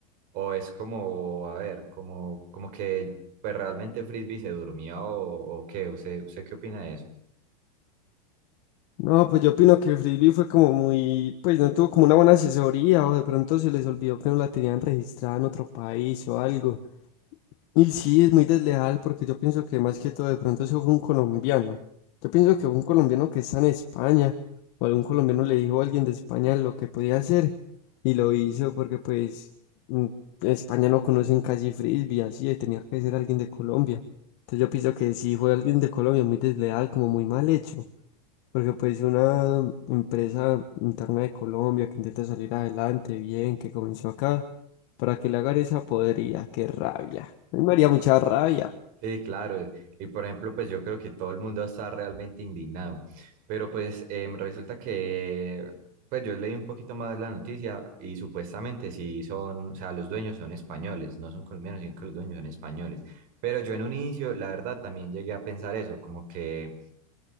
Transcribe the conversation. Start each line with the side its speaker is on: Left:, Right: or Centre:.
Right: o es como, a ver, como, como que pues realmente Frisbee se durmió o, o qué? ¿Usted, usted qué opina de eso?
Left: No, pues yo opino que el frisbee fue como muy, pues no tuvo como una buena asesoría o de pronto se les olvidó que no la tenían registrada en otro país o algo. Y sí, es muy desleal porque yo pienso que más que todo de pronto eso fue un colombiano. Yo pienso que fue un colombiano que está en España o algún colombiano le dijo a alguien de España lo que podía hacer y lo hizo porque pues mm, en España no conocen casi frisbee, así, eh, tenía que ser alguien de Colombia. Entonces yo pienso que sí fue alguien de Colombia muy desleal, como muy mal hecho. Porque pues si una empresa interna de Colombia que intenta salir adelante bien, que comenzó acá, para que le hagan esa podrida, qué rabia. A mí me haría mucha rabia.
Right: Sí, claro. eh, Y por ejemplo, pues yo creo que todo el mundo está realmente indignado. Pero pues em, resulta que, pues yo leí un poquito más la noticia y supuestamente sí son, o sea, los dueños son españoles, no son colombianos, sino que los dueños son españoles. Pero yo en un inicio, la verdad, también llegué a pensar eso, como que